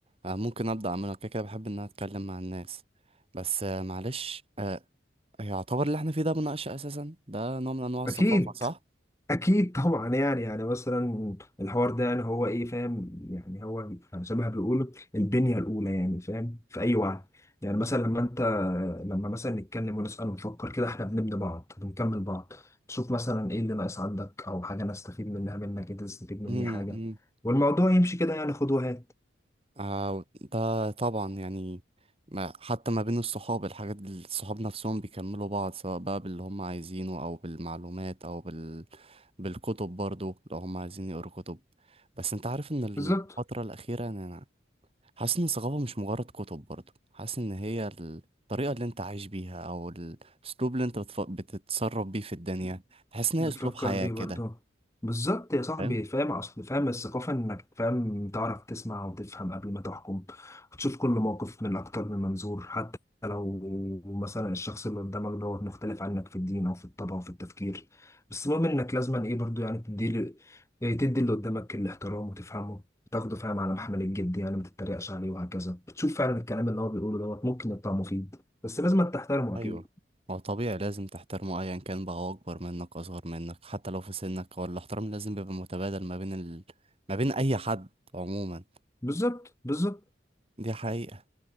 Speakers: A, on the right; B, on the left.
A: آه ممكن ابدا اعمله كده كده بحب ان انا اتكلم مع الناس بس آه معلش آه يعتبر اللي احنا فيه ده مناقشة اساسا ده نوع من انواع الثقافة
B: اكيد
A: صح؟
B: اكيد طبعا يعني يعني مثلا الحوار ده يعني هو ايه فاهم يعني هو يعني زي ما بيقولوا البنيه الاولى يعني فاهم في اي وعي يعني مثلا لما انت لما مثلا نتكلم ونسال ونفكر كده احنا بنبني بعض بنكمل بعض تشوف مثلا ايه اللي ناقص عندك او حاجه انا استفيد منها منك انت تستفيد مني
A: مم،
B: حاجه
A: مم.
B: والموضوع يمشي كده يعني خد وهات
A: آه ده طبعا يعني ما حتى ما بين الصحاب الحاجات دي- الصحاب نفسهم بيكملوا بعض سواء بقى باللي هم عايزينه أو بالمعلومات أو بال... بالكتب برضو لو هم عايزين يقروا كتب بس انت عارف ان الفترة
B: بالظبط
A: الأخيرة يعني أنا حاسس ان الثقافة مش مجرد كتب برضو حاسس ان هي الطريقة اللي انت عايش بيها أو الأسلوب اللي انت بتف... بتتصرف بيه في الدنيا تحس ان هي
B: بتفكر
A: أسلوب حياة
B: بيه
A: كده
B: برضه بالظبط يا صاحبي
A: فاهم
B: فاهم اصل فاهم الثقافة انك فاهم تعرف تسمع وتفهم قبل ما تحكم وتشوف كل موقف من اكتر من منظور حتى لو مثلا الشخص اللي قدامك دوت مختلف عنك في الدين او في الطبع او في التفكير بس المهم انك لازما ايه برضه يعني تدي ل- إيه تدي اللي قدامك الاحترام وتفهمه تاخده فاهم على محمل الجد يعني ما تتريقش عليه وهكذا بتشوف فعلا الكلام اللي هو بيقوله دوت ممكن يطلع مفيد بس لازم تحترمه
A: ايوه
B: اكيد
A: هو طبيعي لازم تحترمه ايا كان بقى هو اكبر منك اصغر منك حتى لو في سنك هو الاحترام لازم بيبقى متبادل ما بين ال... ما بين اي حد عموما
B: بالظبط بالظبط
A: دي حقيقة